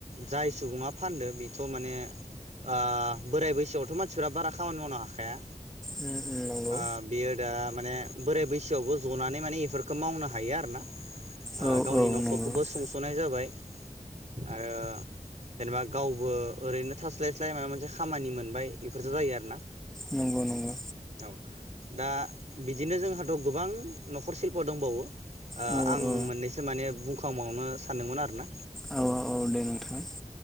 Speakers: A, on the right; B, in the centre.
A: जाय सुबुङा फानदो बेथ' माने आ बोराय बैसोआवथ' मानसिफ्रा बारा खामानि मावनो हाखाया।
B: उम उम नंगौ
A: आ बियो दा माने बोराय बैसोआवबो जनानै माने इफोरखो मावनो हायो आरो ना। आ
B: औ
A: गावनि
B: औ
A: न'खरखौबो
B: नंगौ
A: सुंस'नाय जाबाय। आरो जेनेबा गावबो ओरैनो थास्लाय स्लाय माबा मोनसे खामानि मोनबाय इफोरसो जायो आरो ना।
B: नंगौ नंगौ।
A: औ। दा बिदिनो जोंहाथ' गोबां न'खर सिल्प दंबावो। ओ
B: औ
A: आं
B: औ
A: मोननैसो माने बुंखाबावनो सानदोंमोन आरोना।
B: औ औ दे नोंथां